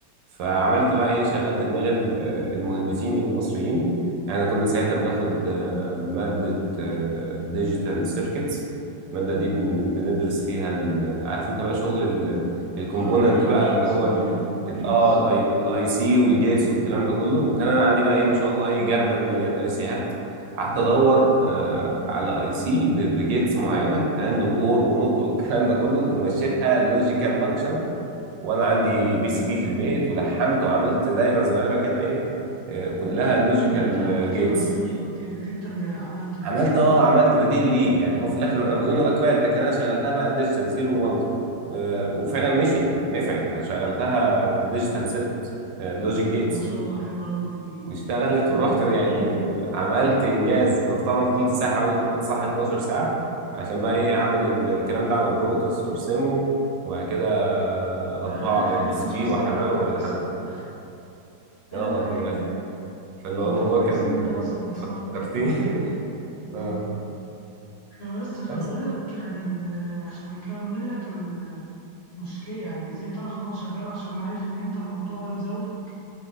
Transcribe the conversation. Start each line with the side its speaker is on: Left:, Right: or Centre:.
Right: فعملت بقى ايه شغلت دماغ ال- آه، المهندسين المصريين يعني كنا ساعتها بناخد آه، مادة ديجيتال سيركتس المادة دي بن- بندرس فيها ال- آه، عارف انت بقى شغل الكومبوننت
Left: اه اللي هي الجيتس
Right: بقى اللي هو
Left: وكده
Right: ال
Left: الجيتس
Right: ال- اه الاي سي والجيتس والكلام ده كله وكان انا عندي بقى ايه ما شاء الله ايه جردل مليان اي سيهات قعدت ادور آه، على اي سي بجيتس معينه اند واور ونوت والكلام ده كله ومشيتها لوجيكال فانكشنز وانا عندي بي سي بي في البيت ولحمت وعملت دايره صغيره كده ايه آه، كلها لوجيكال
Left: يعني انت عملت
Right: جيتس
Left: الاردوين وكانك انت اللي عملته بقى
Right: عملت اه عملت بديل ليه يعني هو في الاخر الاردوينو اكواد لكن انا شغلتها بقى ديجيتال زيرو وانز وفعلا مشيت نفعت شغلتها ديجيتال سيركت لوجيك
Left: <laughs>
Right: جيتس
Left: طب ما شاء الله حلو قوي
Right: واشتغلت
Left: عملت
Right: ورحت يعني
Left: بديل
Right: عملت انجاز
Left: اه
Right: فطبعا فضلت ساعه حوالي صح 12 ساعه عشان بقى ايه اعمل ال- الكلام ده على بروتوس وارسمه وبعد كده
Left: ده
Right: اطبعه
Left: اقل
Right: على
Left: حاجه
Right: البي سي
Left: 12
Right: بي
Left: ساعه
Right: واحرقه والحمه
Left: تسعة اقل
Right: اه
Left: حاجه
Right: والله فاللي
Left: انت
Right: هو الموضوع
Left: كويس
Right: كان
Left: ان انت اصلا وصلت
Right: فكرتني
Left: ان انت
Right: <laughs> اه
Left: اه فبس فبقول
Right: بس
Left: لك يعني ال- عشان اكمل لك المشكله يعني ازاي تعرف ان هو شغال عشان انا عارف ان انت الموضوع ده مزاولك